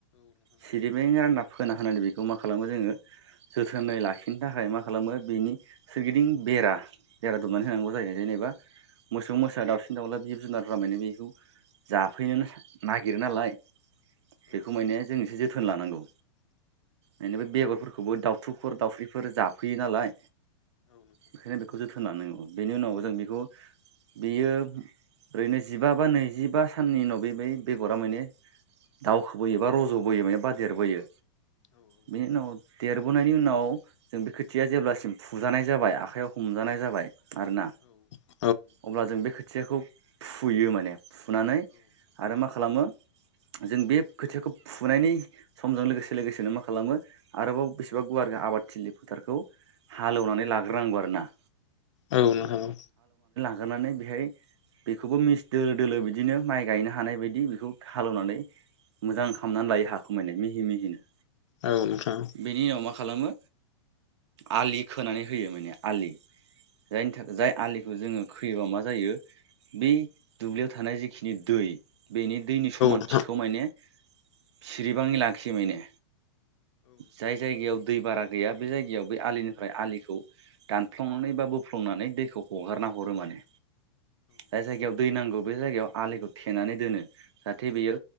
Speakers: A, on the right; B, on the left.
A: सिरिबिं रानलाब फोना होनानानै बेखौ मा खालामो जोङो जोथोनै लाखिनो थाखाय मा खालामो बिनि सोरगिदिं बेरा बेरा दुमनानै होनांगौ जायो जेनेबा। मोसौ मोसा दाउसिन दाउला जिब जुनारफोरा माने बेखौ जाफैनो नागिरो नालाय। बेखौ माने जों इसे जोथोन लानांगौ। बेनिफ्राय बेगरफोरखौबो दाउथुफोर दाउफ्रिफोर जाफैयो नालाय। ओंखायनो बेखौ जोथोन लानांगौ बेनि उनाव जों बेखौ। बेयो ओरैनो जिबा बा नैजिबा साननि उनाव बे बै बेगरा माने। दाउखोबोयोबा रज'बोयो माने बाजेरबोयो। बेनि उनाव देरबोनायनि उनाव जों बे खोथिया जेब्लासिम। फुजानाय जाबाय आखाइयाव हमजानाय जाबाय। आरोना
B: औ।
A: अब्ला जों बे खोथियाखौ फुयो माने फुनानै आरो मा खालामो जों बे खोथियाखौ फुनायनि समजों लोगोसे लोगोसेनो मा खालामो आरोबाव बेसेबा गो आरो आबाद थिलि फोथारखौ हालेवनानै लाग्रोनांगौ आरोना।
B: औ नों थां औ।
A: नागारनानै बेहाय- बेखौबो मिस दोलो दोलो बिदिनो माइ गायनो हानाय बायदि बेखौ हालेवनानै। मोजां खामनानै लायो हाखौ माने हा मिहि मिहिनो
B: औ नोंथां।
A: बेनि उनाव मा खालामो आलि खोनानै होयो माने आलि। जायनि थाखाय जाय आलिखौ जोङो खोयोबा मा जायो। बे दुब्लियाव थानाय जिखिनि दै बेनि दैनि समानथिखौ
B: औ
A: माने सिरिबां लाखियो माने। जाय जायगायाव दै बारा गैया बे जायगायाव बै आलिनिफ्राय आलिखौ दानफ्लंनानै बा बोफ्लंनानै दैखौ हगारना हरो माने। जाय जायगायाव दै नांगौ बे जायगायाव आलिखौ थेनानै दोनो जाहाथे बेयो